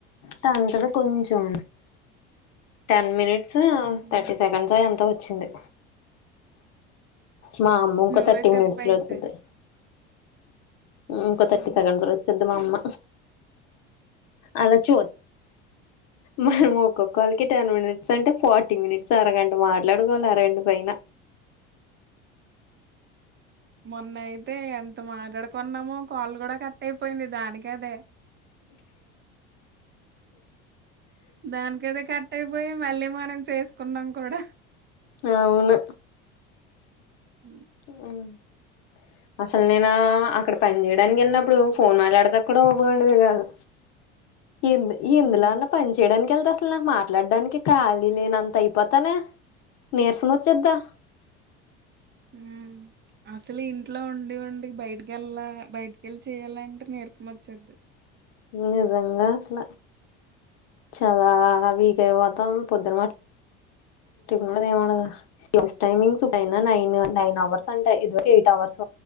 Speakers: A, on the left; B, on the right.
A: టంతగా కొంచెం టెన్ మినిట్స్
B: అవును.
A: థర్టీ సెకండ్స్ ఎంతో వచ్చింది మా అమ్మ ఇంకో
B: నువ్వే
A: థర్టీ
B: చెప్పయితే
A: మినిట్స్ లో వచ్చుది ఇంకో థర్టీ
B: ఆ
A: సెకండ్స్ లో వచ్చెద్ది మా అమ్మ అలా చూత్
B: <inaudible>
A: మనం ఒక్కొక్కళ్ళకి టెన్ మినిట్స్ అంటే ఫార్టీ మినిట్స్ అరగంట మాట్లాడుకోవాలి అర గంట పైన
B: మొన్న అయితే ఎంత మాట్లాడుకున్నామో కాల్ కూడా కట్ట కట్ అయిపోయింది దానికి అదే దానికఅదే కట్ అయిపోయి మళ్ళీ మనం చేసుకున్నాం కూడా
A: అవును
B: ఉ
A: అ అసలు నేనా అక్కడ పని చేయడానికి వెళ్ళినప్పుడు ఫోన్ మాట్లాడతా కూడా ఊకుండేది కాదు
B: <inaudible>
A: ఏంది ఎందులో
B: ఉ
A: పని చేయడానికి అసలు నాకు మాట్లాడడానికి ఖాలీ లేనంత అయిపోతానే నీరసం వచ్చెద్దా
B: హ్మ్ అసలు ఇంట్లో ఉండి ఉండి బయటకెళ్ళా బయటకెళ్ళి చేయాల అంటే నీరసం వచ్చెద్ది
A: నిజంగా అసలే చాలా వీక్ అయిపోతాం పొద్దున మాట ఉండదు ఏముండదు టైమింగ్స్ అయినా నైన్ నైన్ అవర్స్ అంటా ఇదివరకు ఎయిట్ అవర్స్